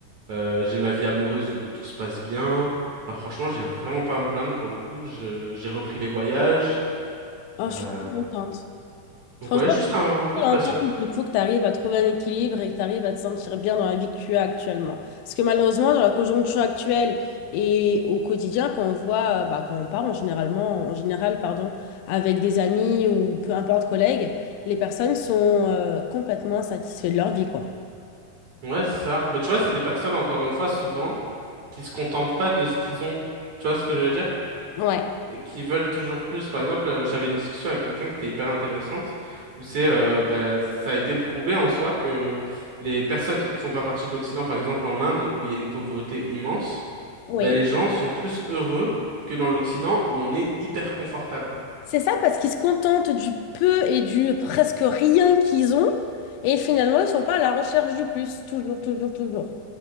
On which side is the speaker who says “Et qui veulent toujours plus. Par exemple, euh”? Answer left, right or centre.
Right